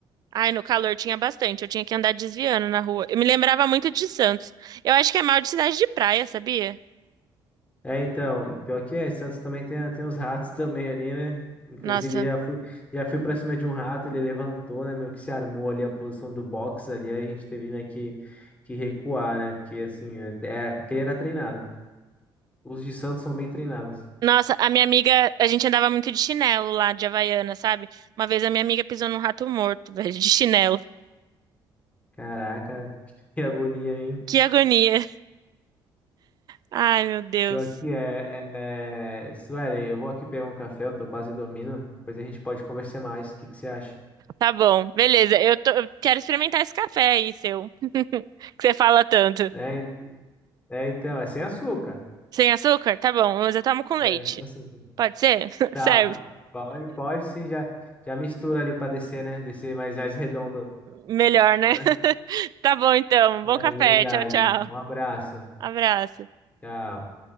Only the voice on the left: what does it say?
É, então, pior que é, Santos também tem, tem os ratos <laughs> também ali, né? Inclusive
já fui, já fui pra cima de um rato, ele levantou, né, meio que se armou ali a posição do box ali, aí a gente teve, né, que, que recuar, né, porque assim, é, é, aquele era treinado. Os de Santos são bem treinados.
Caraca, que agonia, hein?
Pior que é, é... é- Suelen, eu vou aqui pegar um café, eu tô quase dormindo. Depois a gente pode conversar mais. O que que você acha?
É, é, então, é sem açúcar.
É, sem açúcar.
Tá,
pode, pode sim, já, já mistura ali pra descer, né? Descer mais, mais redondo,
né?
É
verdade.
Um abraço.
Tchau.